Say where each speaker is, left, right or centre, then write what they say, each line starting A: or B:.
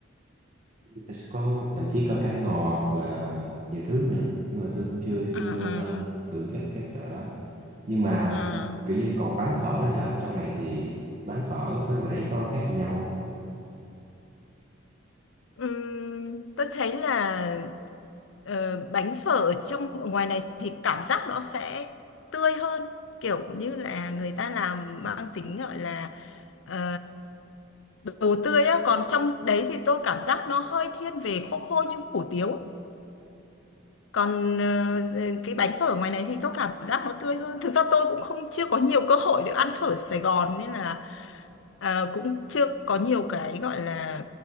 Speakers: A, on the right; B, on the left.
A: nó sẽ có thậm chí có cá ngọt hoặc là nhiều thứ nữa nhưng mà tôi cũng chưa
B: À,
A: chưa
B: à.
A: ăn thử các các loại đó nhưng mà
B: à
A: kiểu như còn bánh phở thì sao trong này thì bánh phở với ngoài đấy có khác gì nhau không
B: ừm, tôi thấy là ờ, bánh phở ở trong ở ngoài này thì cảm giác nó sẽ tươi hơn kiểu như là người ta làm mang tính gọi là ờ, đồ tươi á còn trong đấy thì tôi cảm giác nó hơi thiên về khô khô như hủ tiếu còn ờ, ờ, cái bánh phở ngoài này thì tôi cảm giác nó tươi hơn thực ra tôi cũng không chưa có nhiều cơ hội được ăn phở Sài Gòn nên là ờ, cũng chưa có nhiều cái gọi là